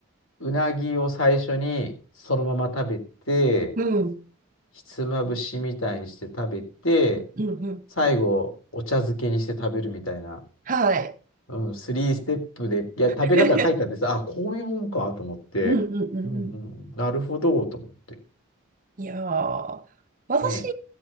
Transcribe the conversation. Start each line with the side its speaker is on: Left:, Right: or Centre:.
Left: うなぎを最初にそのまま食べて、
Right: うん。
Left: ひつまぶしみたいにして食べて、
Right: うんうん。
Left: 最後、お茶漬けにして食べるみたいな、
Right: はい。
Left: うん、スリーステップで、いや、
Right: <laughs>
Left: 食べ方が書いてあってさ、あ、こういうもんかと思って、
Right: うんうんうんうん。
Left: うんうんうん、なるほど、と思って。
Right: いやー、私、
Left: ね。